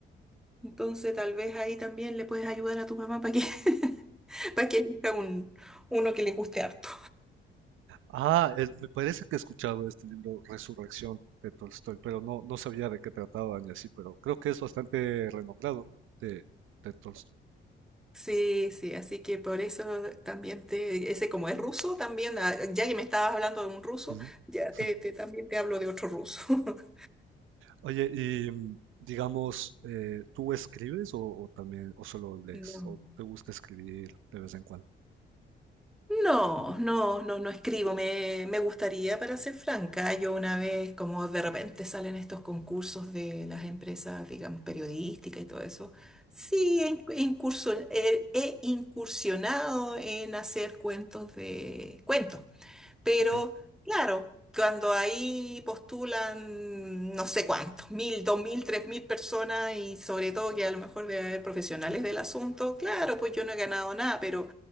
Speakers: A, in the centre; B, on the right.
A: Entonces, tal vez ahí también le puedes ayudar a tu mamá para que, <laughs> para que elija un, uno que le guste harto.
B: Ah, es- me parece que he escuchado este libro Resurrección de Tolstoy, pero no, no sabía de qué trataba ni así, pero creo que es bastante renombrado, ¿no? De, de Tolstoy.
A: Sí, sí, así que por eso también te, ese como es ruso, también, ah, ya que me estabas hablando de un ruso,
B: Ujú.
A: ya
B: <laughs>
A: te, te- también te hablo de otro ruso. <laughs>
B: Oye, y mm, digamos, eh, ¿tú escribes o, o también, o solo lees,
A: No.
B: o te gusta escribir de vez en cuando?
A: No, no, no, no escribo, me, me gustaría, para ser franca, yo una vez, como de repente salen estos concursos de las empresas, digamos, periodísticas y todo eso, sí, he, inc- incurso- he he incursionado en hacer cuentos de cuentos. Pero
B: ¿Ok?
A: claro, cuando ahí postulan no sé cuántos, mil, dos mil, tres mil personas y sobre todo que a lo mejor debe haber profesionales del asunto, claro, pues yo no he ganado nada, pero